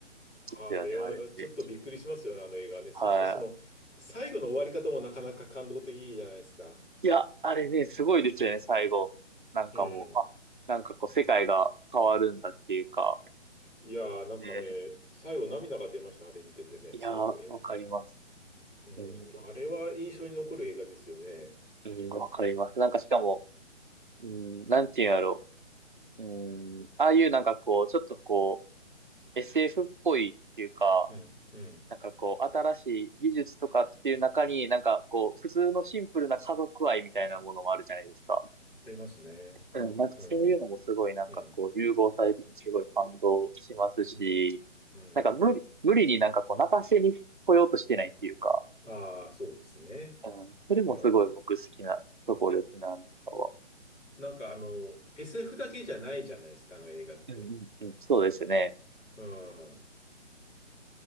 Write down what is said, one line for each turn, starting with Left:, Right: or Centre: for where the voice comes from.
Right: ですよね、
Left: あれはちょっとびっくりしますよね、
Right: あれって。
Left: あの映画はね。
Right: はい。
Left: そしてその、最後の終わり方もなかなか感動的じゃないですか。
Right: いや、あれね、すごいですよね、最後。なんかもう、
Left: うん。
Right: あ、なんかこう、世界が変わるんだっていうか。
Left: いやー、なんかね、
Right: ね、
Left: 最後涙が出ました、あれ見ててね、
Right: いやー、
Left: 最後、えん、
Right: わかります。
Left: うん、
Right: うん、
Left: あれは印象に残る映画ですよね。
Right: うん、わかります。なんかしかも、うん、なんていうんやろう。うん、ああいうなんかこう、ちょっとこう、SF っぽいっていうか、
Left: うん、うん、
Right: なんかこう、新しい技術とかっていう中に、なんかこう、普通のシンプルな家族愛みたいなものもあるじゃないですか。
Left: ありますね。
Right: うん、なんかそういうのもすごいなんかこう融合されててすごい感動しますし、
Left: うん、うん、うん、うん。
Right: なんか無理、無理になんかこう泣かせに来ようとしてないっていうか、
Left: ああ、そうですね。
Right: うん、それもすごい僕好きなところですね、
Left: うん。
Right: アメリカは。
Left: なんかあの、SF だけじゃないじゃないですか、あの映画って。
Right: うんうんうん、そうですね。
Left: うん。